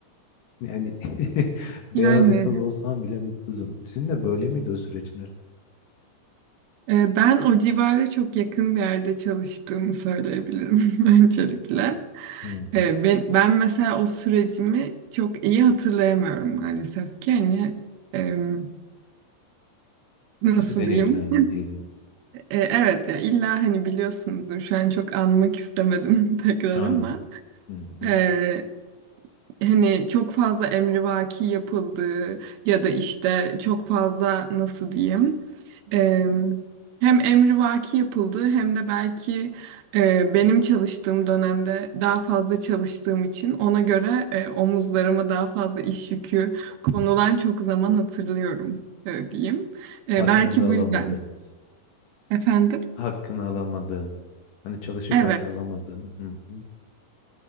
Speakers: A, on the left; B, on the right.
A: Yani <laughs> beyaz
B: Yani
A: yakalı olsam bile mutsuzum. Sizin de böyle miydi o süreçler?
B: e, ben o civara çok yakın bir yerde çalıştığımı söyleyebilirim <laughs> öncelikle.
A: Hı hı.
B: E, ben, ben mesela o sürecimi çok iyi hatırlayamıyorum maalesef ki. Hani em, nasıl
A: Kötü deneyimler
B: diyeyim?
A: mi diyelim?
B: E, evet ya illa hani biliyorsunuzdur şu an çok anmak istemedim <laughs> tekrar
A: Anladım.
B: ama.
A: Hı hı.
B: e, hani çok fazla emrivaki yapıldığı ya da işte çok fazla nasıl diyeyim e, hem emrivaki yapıldığı hem de belki e, benim çalıştığım dönemde daha fazla çalıştığım için ona göre e, omuzlarıma daha fazla iş yükü konulan çok zaman hatırlıyorum e, diyeyim. E,
A: Hakkınızı
B: belki
A: alamadığınız,
B: bu yüzden efendim.
A: hakkını alamadığın, hani çalışıp
B: Evet.
A: hakkını alamadığın. Hı hı.